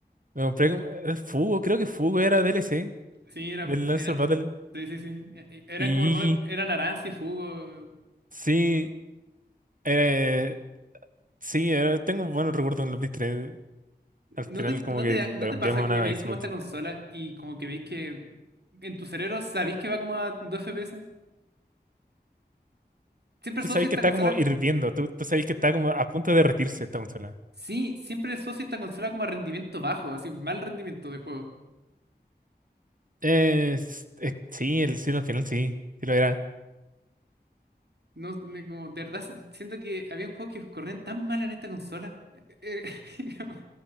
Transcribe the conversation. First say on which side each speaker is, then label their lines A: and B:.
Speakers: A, on the right; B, on the right.
A: Me compré como- era el Fugo, creo que Fugo era DLC
B: Sí, era,
A: del Armstrong
B: era,
A: Battle.
B: sí, sí, sí. E- e- Eran
A: Y Iggy,
B: como hermanos, eran Aranz y Fugo.
A: sí, eh, sí, eh, tengo buenos recuerdos en la Play 3.
B: ¿No
A: Al final
B: te,
A: como
B: no
A: que
B: te,
A: la
B: no
A: cambiamos
B: te pasa
A: a
B: que
A: una
B: veis
A: Xbox.
B: como esta consola y como que veis que en tu cerebro sabéis que va como a 2 FPS? Siempre
A: Tú
B: asocio
A: sabes que
B: esta
A: está
B: consola,
A: como hirviendo, tú, tú sabes que está como a punto de derretirse esta consola.
B: sí, siempre asocio esta consola como a rendimiento bajo, así, mal rendimiento de juego.
A: Eh, s- eh, sí, el, sí, al final sí, sí lo era.
B: No, me- como, de verdad si- siento que había juegos que corrían tan mal en esta consola. Eh, eh, <laughs> como-